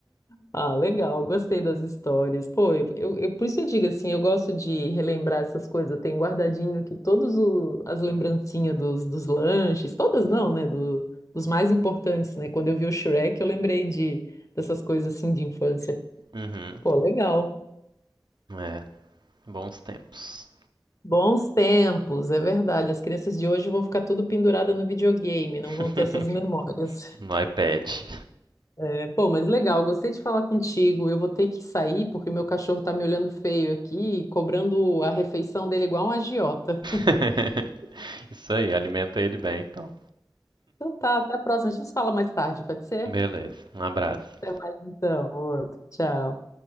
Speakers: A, on the left (about 40°); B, on the right (about 65°).
A: Ah, legal, gostei das histórias. Pô, eu, eu- eu- por isso eu digo assim, eu gosto de relembrar essas coisas. Eu tenho guardadinho aqui todas o- as lembrancinhas dos, dos lanches, todas não, né? do- dos mais importantes, né? Quando eu vi o Shrek, eu lembrei de dessas coisas assim de infância.
B: Uhum.
A: Pô, legal.
B: É, bons tempos.
A: Bons tempos, é verdade. As crianças de hoje vão ficar tudo pendurada no videogame, não
B: <laughs>
A: vão ter essas memórias.
B: Pede.
A: É, pô, mas legal, gostei de falar contigo. Eu vou ter que sair porque meu cachorro tá me olhando feio aqui, cobrando a refeição dele igual um agiota.
B: <laughs> Isso aí, alimenta ele bem, então.
A: Então tá, até a próxima. A gente se fala mais tarde, pode ser?
B: Beleza, um abraço.
A: Até mais então, outro. Tchau.